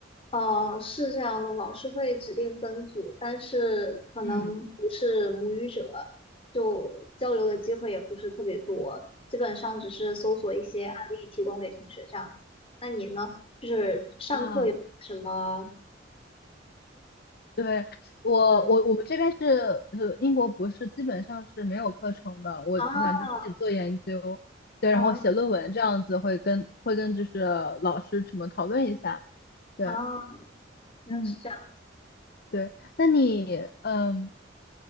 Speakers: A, on the left; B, on the left.
A: 哦，是这样的，老师会指定分组，但是可能不是母语者，
B: 嗯。
A: 就交流的机会也不是特别多，基本上只是搜索一些案例提供给同学这样子。那你呢？就是上课有什么？
B: 啊，对，我我我们这边是呃英国博士基本上是没有课程的，
A: 嗯
B: 我基本上就自己做研究，
A: 啊
B: 对，
A: 啊
B: 然后写论文这样子会跟会跟就是老师什么讨论一下，对，
A: 啊，原来是这样。
B: 嗯对，那你嗯